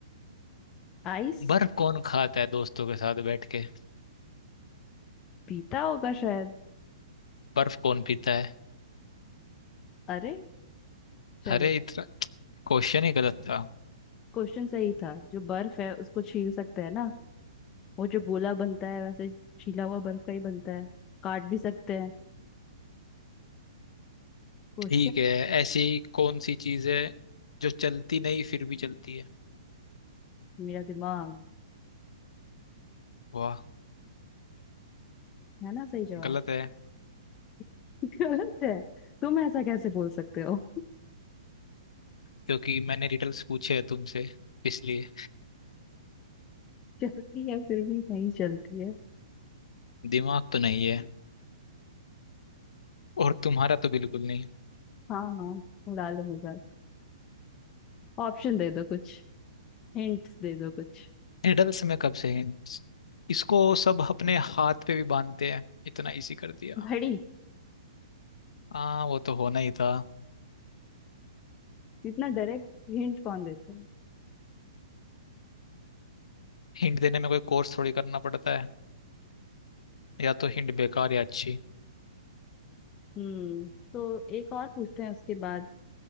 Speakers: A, on the left; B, on the left.
A: आइस
B: बर्फ कौन खाता है दोस्तों के साथ बैठ के
A: पीता होगा शायद
B: बर्फ कौन पीता है
A: अरे चलो
B: अरे इतना क्वेश्चन ही गलत था
A: क्वेश्चन सही था जो बर्फ है उसको छील सकते हैं ना वो जो गोला बनता है वैसे छीला हुआ बर्फ का ही बनता है काट भी सकते हैं क्वेश्चन
B: ठीक है ऐसी कौन सी चीज है जो चलती नहीं फिर भी चलती है
A: मेरा दिमाग
B: वाह
A: है ना सही जवाब
B: गलत है
A: <laughs> गलत है तुम ऐसा कैसे बोल सकते हो
B: क्योंकि मैंने रिडल्स पूछे हैं तुमसे इसलिए
A: चलती है फिर भी नहीं चलती है
B: दिमाग तो नहीं है और तुम्हारा तो बिल्कुल नहीं
A: हाँ हाँ उड़ा लो मजाक ऑप्शन दे दो कुछ हिंट्स दे दो कुछ
B: निडल्स में कब से है इसको सब अपने हाथ पे भी बांधते हैं इतना इजी कर दिया
A: घड़ी
B: हाँ वो तो होना ही था
A: इतना डायरेक्ट हिंट कौन देता है
B: हिंट देने में कोई कोर्स थोड़ी करना पड़ता है या तो हिंट बेकार या अच्छी
A: हम्म तो एक और पूछते हैं उसके बाद